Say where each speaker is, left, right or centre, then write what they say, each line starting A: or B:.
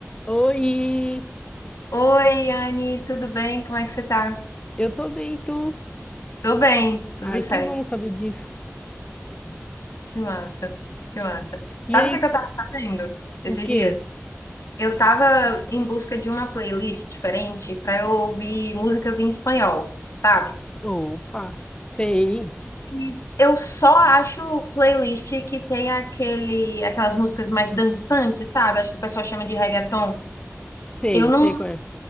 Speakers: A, on the left; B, on the left.
A: Oi,
B: Oi, Anne, tudo bem? Como é que você tá?
A: eu tô bem, e tu?
B: Tô bem, tudo
A: Ai,
B: certo.
A: que bom saber disso.
B: Que massa, que massa. Sabe
A: E aí,
B: o que é que eu tava fazendo esses
A: o quê?
B: dias? Eu tava em busca de uma playlist diferente pra eu ouvir músicas em espanhol, sabe?
A: Opa, sei,
B: E eu só acho playlist que tem aquele, aquelas músicas mais dançantes, sabe? Acho que o pessoal chama de reggaeton.
A: sei,
B: Eu não
A: sei qual é.